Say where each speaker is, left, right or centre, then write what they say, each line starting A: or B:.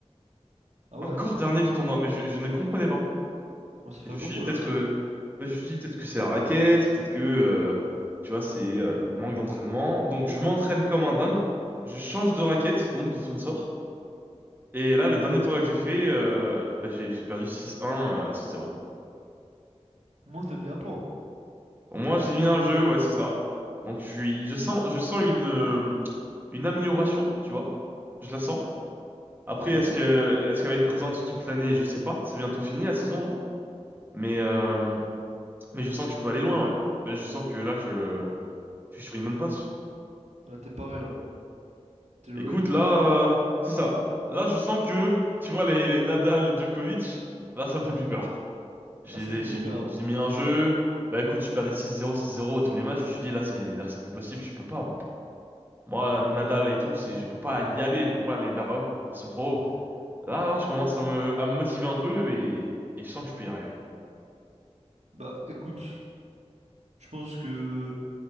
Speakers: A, on the right; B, on the right.
A: Ah ouais,
B: Encore dernier du tournoi, mais je je ne comprenais pas.
A: ça commence à faire
B: Et je me
A: beaucoup
B: suis dit
A: là.
B: peut-être que, je me suis dit peut-être que c'est la raquette, peut-être que, euh, tu vois, c'est euh, manque d'entraînement. Donc je m'entraîne comme un dingue. Je change de raquette, donc de sponsor. Et là, le dernier tournoi que j'ai fait, euh, bah, j'ai j'ai perdu six un euh, 6-0.
A: Moi, t'as mis un point.
B: Au moins, j'ai mis un jeu, ouais, c'est ça. Donc je suis, je sens, je sens une, euh, une amélioration, tu vois. Je la sens. Après,
A: Ouais,
B: est-ce que, est-ce qu'elle va être présente toute l'année? Je sais pas. C'est bientôt fini la saison là. Mais, euh, mais je sens que je peux aller loin, ouais. Mais Je sens que là, je, Je suis sur une bonne passe.
A: là, t'es paré là. T'es ready.
B: Écoute, là, euh, c'est ça. Là, je sens que, tu vois, les, les Nadal, les Djokovic, là, ça me fait plus peur. J'ai,
A: Ah, ça te faisait
B: j'ai
A: peur
B: mis,
A: avant,
B: j'ai
A: du
B: mis
A: coup.
B: un jeu. Bah écoute, je perdais 6-0, 6-0 à tous les matchs. Je me suis dit, là, c'est, là, c'est plus possible. Je peux pas, moi. Moi,
A: Bah,
B: Nadal
A: t'as raison.
B: et tout, c'est, je peux pas y aller. Je peux pas aller vers eux. Ils sont trop hauts. Là, là, je commence à me, à me motiver un peu et, et je sens que je peux y arriver.
A: Bah, écoute, je pense que